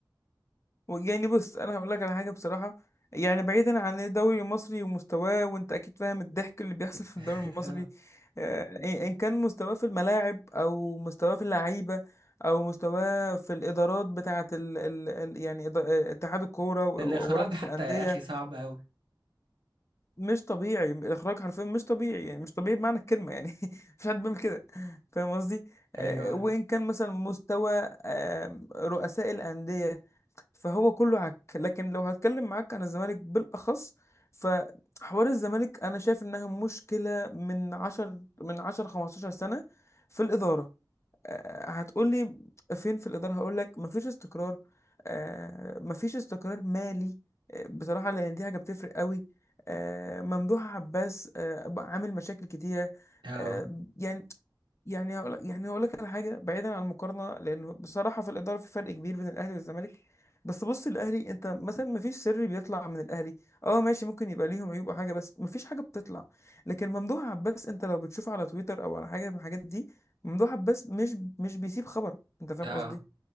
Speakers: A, on the left; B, on the right.
A: يعني بص انا هقول لك على حاجه بصراحه يعني بعيدا عن إيه، الدوري المصري ومستواه وانت اكيد فاهم الضحك اللي بيحصل <laughs> في
B: <laughs>
A: الدوري المصري
B: آه.
A: آه، إيه- ان كان مستواه في الملاعب او مستواه في اللعيبه او مستواه في الادارات بتاعه ال ال ال يعني إدا- اتحاد الكوره و-
B: الاخراج
A: ورابطه
B: حتى
A: الانديه
B: يا اخي صعب قوي
A: مش طبيعي الاخراج حرفيا مش طبيعي يعني مش طبيعي بمعنى الكلمه يعني <laughs> مفيش حد بيعمل كده فاهم قصدي آه،
B: ايوه
A: وان كان مثلا مستوى آه، رؤساء الانديه فهو كله عك لكن لو هتكلم معاك عن الزمالك بالاخص فحوار الزمالك انا شايف انها مشكله من 10 من 10 15 سنه في الاداره آه، هتقولي فين في الإدارة هقولك مفيش استقرار آه، مفيش استقرار مالي آه، بصراحة لأن دي حاجة بتفرق قوي آه، ممدوح عباس آه، بقى عامل مشاكل كتيرة
B: اه
A: آه، يعني يعني هقول يعني هقول لك على حاجه بعيدا عن المقارنه لانه بصراحه في الاداره في فرق كبير بين الاهلي والزمالك بس بص الاهلي انت مثلا ما فيش سر بيطلع من الاهلي اه ماشي ممكن يبقى ليهم عيوب او حاجه بس ما فيش حاجه بتطلع لكن ممدوح عباس انت لو بتشوف على تويتر او على حاجه من الحاجات دي ممدوح عباس مش مش بيسيب خبر انت فاهم
B: اه
A: قصدي